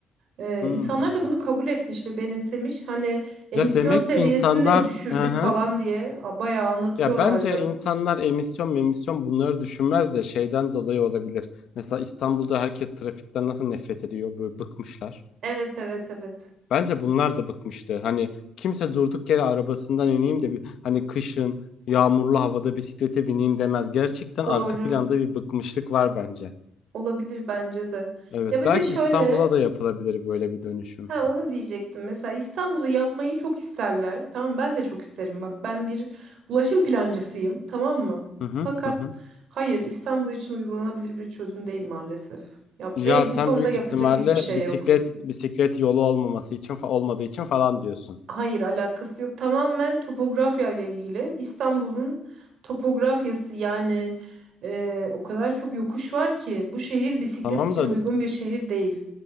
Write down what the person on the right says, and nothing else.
Ee,
insanlar da bunu kabul etmiş ve benimsemiş. Hani emisyon
seviyesini
de düşürdük
falan diye a- bayağı anlatıyorlardı.
Evet evet evet
doğru
olabilir bence de.
Ya bir
de şöyle
Ha onu diyecektim. Mesela İstanbul'u yapmayı çok isterler. Tamam ben de çok isterim. Bak ben bir ulaşım plancısıyım. Tamam mı?
Fakat
hayır İstanbul için uygulanabilir bir çözüm değil maalesef. Yap
ve
bu konuda
yapacak
hiçbir şey
yok.
Hayır alakası yok. Tamamen topografya ile ilgili. İstanbul'un topografyası yani e, o kadar çok yokuş var ki bu şehir bisiklet
için
uygun bir şehir değil.